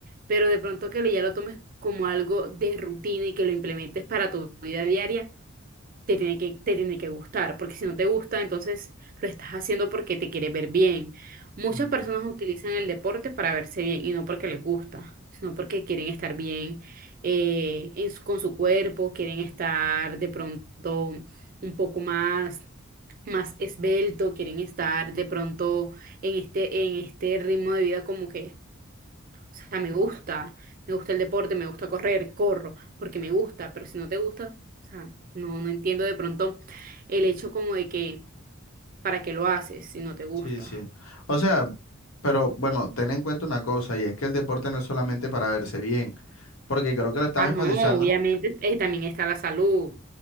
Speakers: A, on the right; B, on the left.
A: Pero de pronto que ya lo tomes como algo de rutina y que lo implementes para tu vida diaria te tiene que, te tiene que gustar, porque si no te gusta, entonces lo estás haciendo porque te quiere ver bien. Muchas
B: mm,
A: personas utilizan el deporte para verse bien y no porque les gusta, sino porque quieren estar bien eh, en su- con su cuerpo, quieren estar de pronto un poco más, más esbelto, quieren estar de pronto en este, en este ritmo de vida como que o sea, me gusta, me gusta el deporte, me gusta correr, corro, porque me gusta, pero si no te gusta, o sea, no, no entiendo de pronto el hecho como de que, ¿para qué lo haces si no te gusta?
B: Sí, sí. O sea, pero bueno, ten en cuenta una cosa, y es que el deporte no es solamente para verse bien, porque creo que lo estás
A: Ah,
B: enfatizando.
A: no, obviamente eh, también está la salud.